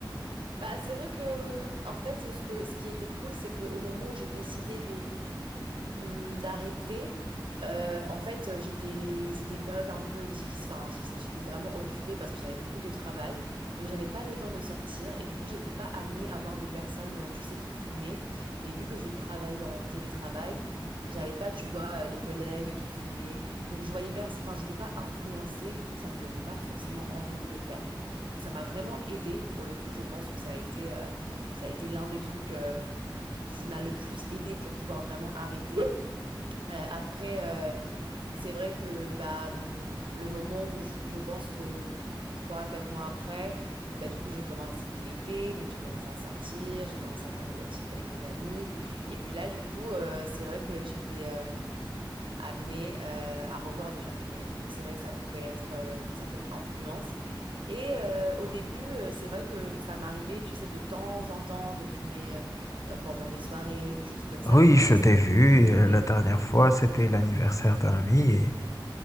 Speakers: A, on the right (about 75°); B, on the left (about 40°).
A: Bah, c'est vrai que, hum, en fait, ce que, ce qui était cool, c'est qu'au moment où j'ai décidé hum, d'arrêter. Euh, en fait, euh, j'étais, c'était une période un peu difficile, enfin difficile. J'étais vraiment occupée parce que j'avais beaucoup de travail, donc j'avais pas le temps de sortir et du coup, j'étais pas amenée à voir des personnes, euh, tu sais, qui fumaient. Et vu que je travaille en télétravail, j'avais pas, tu vois, euh, les collègues qui fumaient, donc je voyais personne. Enfin, j'étais pas influencée. Du coup, ça me donnait pas forcément envie de le faire. Donc, ça m'a vraiment aidée. Pour le coup, je pense que ça a été, euh, ça a été l'un des trucs. euh, qui m'a le plus aidée pour pouvoir vraiment arrêter. Euh, après, euh, c'est vrai que bah, hum, le moment où je, je pense que trois, quatre mois après, bah, du coup, j'ai commencé c'était l'été, donc j'ai commencé à sortir, j'ai commencé à faire des activités avec mes amis. Et puis là, du coup, euh, c'est vrai que j'étais euh, amenée euh, à revoir des gens fumer. Donc c'est vrai que ça pouvait être euh, une certaine influence. Et euh, au début, euh, c'est vrai que ça m'arrivait, tu sais, de temps en temps de fumer euh, euh, pendant des soirées, des choses comme ça,
B: Oui,
A: mais maintenant,
B: je t'ai
A: c'était
B: vu
A: limité.
B: euh, la dernière fois, c'était l'anniversaire d'un ami et,